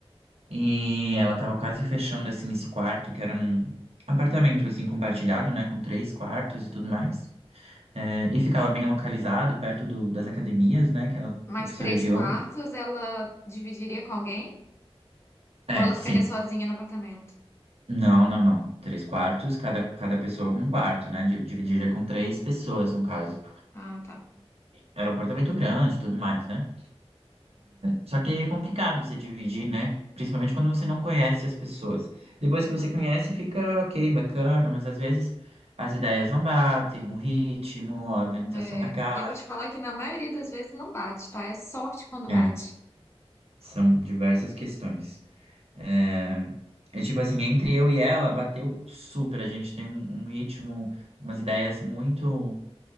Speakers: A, on the right; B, on the left.
A: e ela estava quase fechando assim esse quarto, que era num apartamento assim compartilhado, né, com três quartos e tudo mais. É, e ficava bem localizado, perto do- das academias, né, que ela é
B: Mas
A: professora
B: três
A: de
B: quartos
A: yoga.
B: ela dividiria com alguém?
A: É,
B: Ou ela
A: sim.
B: ficaria sozinha no apartamento?
A: Não, não, não. Três quartos, cada, cada pessoa um quarto, né? Di- Dividiria com três pessoas, no caso.
B: Ah, tá.
A: Era um apartamento grande e tudo mais, né? Só que aí é complicado você dividir, né? Principalmente quando você não conhece as pessoas. Depois que você conhece, fica ok, bacana, mas às vezes as ideias não batem, o ritmo, a organização
B: É,
A: da casa.
B: eu vou te falar que na maioria das vezes não bate, tá? É sorte quando
A: É,
B: bate.
A: são diversas questões. É, é tipo assim, entre eu e ela, bateu super. A gente tem um, um ritmo, umas ideias muito,